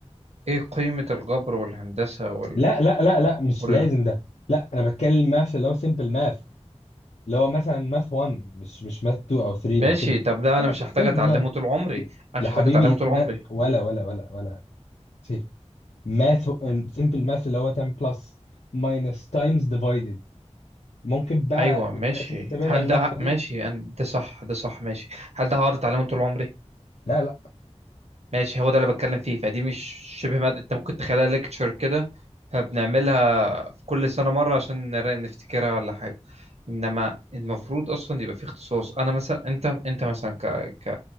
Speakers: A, on the right; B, on the left.
A: ايه قيمه الجبر والهندسه وال
B: لا لا لا لا مش
A: وال-
B: لازم ده لا انا بتكلم ماث اللي هو سيمبل ماث اللي هو مثلا ماث 1 مش مش ماث 2 او 3
A: ماشي
B: او كده
A: طب ده
B: لا
A: انا مش هحتاج
B: سيمبل
A: اتعلمه
B: ماث
A: طول عمري انا
B: يا
A: مش
B: حبيبي
A: هحتاج اتعلمه طول
B: ما
A: عمري
B: ولا ولا ولا ولا سيف ماث
A: م.
B: سيمبل ماث اللي هو 10 بلس ماينس تايمز ديفايدد ممكن بقى
A: ايوه ماشي
B: الحاجات الحسابيه
A: هل
B: العملاقه
A: ده
B: دي
A: ماشي أنا- ده صح ده صح ماشي هل ده هقعد اتعلمه طول عمري
B: لا لا
A: ماشي هو ده اللي بتكلم فيه فدي مش شبه مادة انت ممكن تخليها ليكتشر كده فبنعملها في كل سنة مرة عشان نرا- نفتكرها ولا حاجة انما المفروض اصلا يبقى في اختصاص انا مثلا انت انت مثلا ك ك